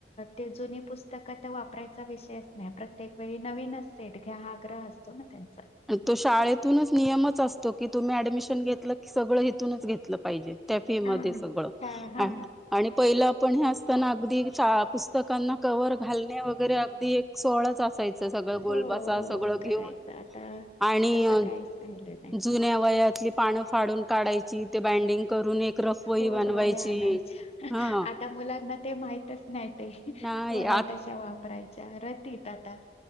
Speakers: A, on the left; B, in the centre.
A: ते जुनी पुस्तकं तर वापरायचा विषयच नाही प्रत्येक वेळी नवीनच सेठ घ्या हा ग्रह असतो ना त्यांचा
B: आणि तो शाळेतूनच नियमच असतो की तुम्ही ऍडमिशन घेतलं की सगळं हथूनच घेतलं पाहिजे त्याफी
A: हा.
B: मध्ये सगळं
A: हा हा
B: आणि पहिलं आपण हे असताना अगदी पुस्तकांना कवर घालणे वगैरे अगदी एक सोळंच असायचं सगळं गोलबसा
A: हो हो
B: सगळं घेऊन
A: करायचं आता
B: आणि
A: तस काहीच राहिलं नाही
B: जुन्या वयातली पानं फाडून काढायची ते बाइंडिंग करून एक रसोई
A: हो
B: बनवायची
A: वह्या आणायच्या
B: हा
A: आता मुलांना ते माहितच नाही ते
B: नाही
A: वया
B: आ
A: तशा वापरायच्या रतीत आता